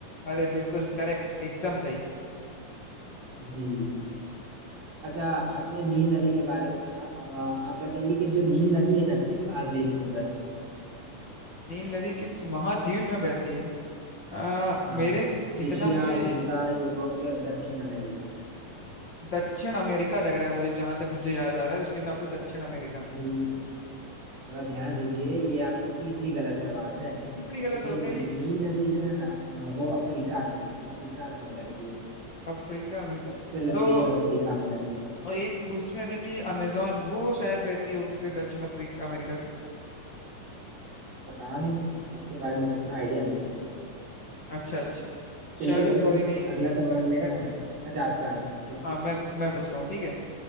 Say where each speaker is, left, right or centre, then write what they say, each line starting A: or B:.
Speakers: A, on the left (about 50°); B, on the right (about 70°).
A: अरे बिल्कुल करेक्ट एकदम सही
B: जी अच्छा आपने नील नदी के बारे में कहा आ, आप बताइए कि जो नील नदी है ना किस महाद्वीप में बहती है
A: नील नदी किस महाद्वीप में बहती है आ,
B: हाँ
A: मेरे जितना
B: एशिया
A: मुझे
B: अफ्रीका यूरोप या दक्षिण अमेरिका
A: दक्षिण अमेरिका लग रहा है मुझे जहां तक मुझे याद आ रहा है उसके हिसाब से दक्षिण अमेरिका
B: भाई थोड़ा ध्यान दीजिए ये आपकी तीसरी गलत जवाब है <laughs> क्योंकि
A: तीसरी गलत हो गई
B: नील नदी जो है ना हाँ, वो अफ्रीका की है अफ्रीका में बहती है
A: अफ्रीका में
B: सबसे लंबी
A: तो
B: और अफ्रीका में बहती है
A: और एक दूसरी नदी थी अमेजोन वो शायद बहती होगी फिर दक्षिण अफ्रीका अमेरिका से
B: पता नहीं उसके बारे में उतना आइडिया नहीं है मेरे को
A: अच्छा अच्छा
B: चलिए
A: चलो
B: फिर
A: कोई नहीं
B: अगला सवाल मेरा है अच्छा आपका आपका पूछिए
A: हाँ मैं मैं पूछता हूँ ठीक है